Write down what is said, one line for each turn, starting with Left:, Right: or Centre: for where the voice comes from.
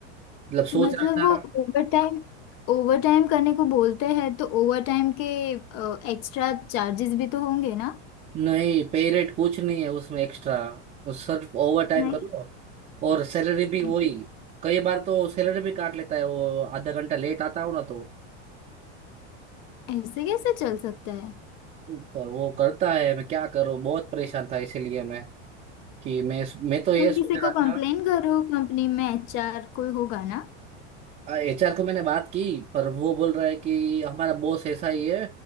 Right: मतलब सोच
Left: मतलब
Right: रहा था
Left: वो ओवर टाइम ओवर टाइम करने को बोलते हैं तो ओवर टाइम के एक्स्ट्रा चार्जेस भी तो होंगे ना
Right: नहीं पे रेट कुछ नहीं है उसमें एक्स्ट्रा सिर्फ ओवर टाइम
Left: नहीं
Right: करो और सैलरी भी वही
Left: ऐसे
Right: कई बार तो सैलरी भी काट लेता है वो आधा घंटा लेट आता हूँ ना तो
Left: ऐसे कैसे चल सकता है
Right: पर वो करता है मैं क्या करूँ बहुत परेशान था इसीलिए मैं कि मैं मैं तो ये
Left: तुम
Right: सोच
Left: किसी
Right: रहा
Left: को कंप्लेन
Right: था
Left: करो कंपनी में एचआर कोई होगा ना
Right: एचआर को मैंने बात की पर वो बोल रहा है कि हमारा बॉस ऐसा ही है